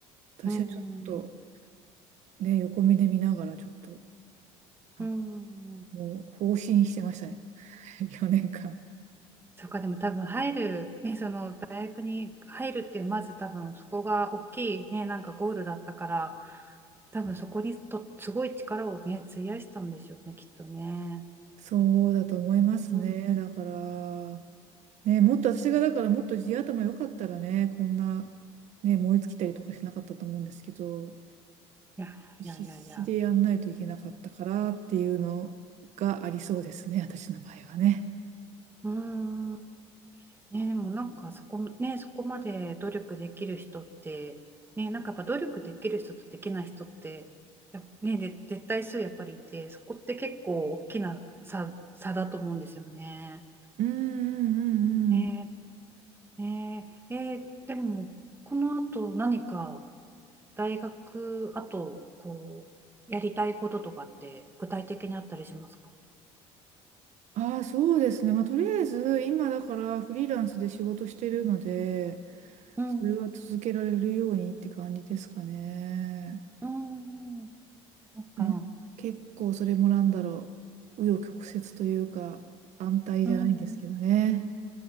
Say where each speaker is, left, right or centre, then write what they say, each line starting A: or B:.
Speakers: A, on the right; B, on the right.
A: 私はちょっと
B: うん、
A: ね、横目で見ながらちょっと、なんか
B: うん、
A: もう放心してましたね。<laughs> 4年間。
B: そうか、でも多分入る、ね、その大学に入るっていう、まず多分そこが大きいね、なんかゴールだったから、多分そこにとすごい力をね、費やしたんでしょうね、きっとね。
A: そうだと思いますね。
B: うん、い
A: だから、ね、もっと私がだからもっと地頭良かったらね、こんな、ね、燃え尽きたりとかしなかったと思うんですけど、
B: やいやいやいや、
A: 必死でやんないといけなかったからっていうのがありそうですね、私の場合はね。
B: うん。ね、でもなんかそこ、ね、そこまで努力できる人って、ね、なんかやっぱ努力できる人とできない人ってやっ、ね、で絶対数やっぱりいてそこって結構大きな差、差だと思うんですよね。
A: うんうんうんうん。
B: ね、ねえーでもこの後何か大学あとこうやりたいこととかって具体的にあったりしますか
A: ああ、そうですね。まあ、とりあえず、今だからフリーランスで仕事してるので、
B: うんうん
A: それは続けられるようにって感じですかね。
B: うんうんなんか
A: でも結構それもなんだろう、紆余曲折というか、安泰じゃないんですけどね。
B: うん